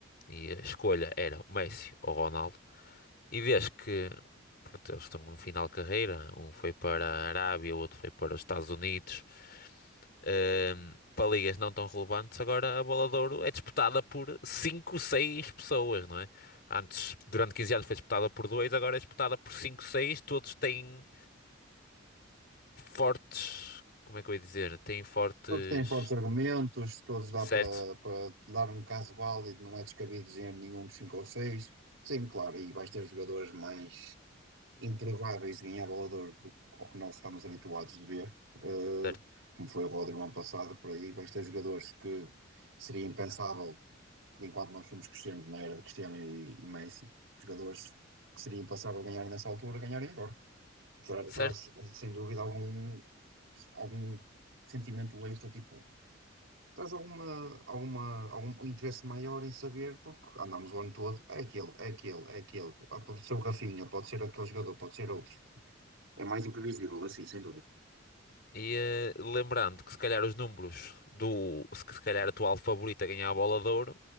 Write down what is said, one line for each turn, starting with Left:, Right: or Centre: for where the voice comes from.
Left: E a escolha era o Messi ou o Ronaldo. E vês que pronto, eles estão no final de carreira, um foi para a Arábia, o outro foi para os Estados Unidos, Ahm, para ligas não tão relevantes, agora a bola de Ouro é disputada por 5, 6 pessoas, não é? Antes, durante 15 anos foi disputada por dois agora é disputada por 5, seis todos têm fortes, como é que eu ia dizer? Têm fortes,
Right: Todos têm fortes argumentos, todos dá
Left: certo,
Right: para, para dar um caso válido, não é descabido dizer nenhum dos cinco ou seis. Sim, claro, e vais ter jogadores mais. improváveis de ganhar Bola de Ouro do ao que nós estamos habituados de ver, eh,
Left: certo,
Right: como foi o Rodri no ano passado, por aí, vais ter jogadores que seria impensável, por enquanto nós fomos crescendo na era de Cristiano e, e Messi, jogadores que seria impensável ganhar nessa altura, ganharem agora. Tra-
Left: certo.
Right: traz, sem dúvida, algum, algum sentimento extra, tipo, traz alguma, alguma, algum interesse maior em saber, porque andamos o ano todo, é aquele, é aquele, é aquele, Ah, pode ser o Rafinha, pode ser aquele jogador, pode ser outro. É mais imprevisível, assim, sem dúvida.
Left: E eh, lembrando que se calhar os números do, se se calhar a tua favorita a ganhar a bola de ouro,